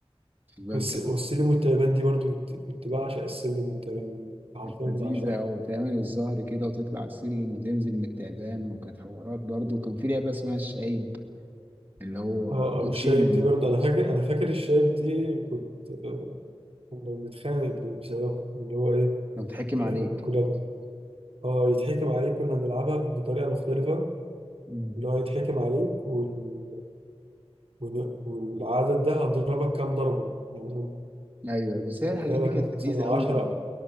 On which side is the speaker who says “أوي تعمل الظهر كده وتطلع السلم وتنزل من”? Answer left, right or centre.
Right